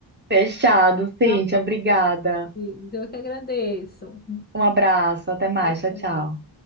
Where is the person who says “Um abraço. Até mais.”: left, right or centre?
Right